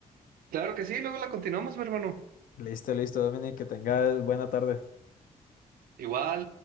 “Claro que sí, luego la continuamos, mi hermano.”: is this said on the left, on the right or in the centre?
Right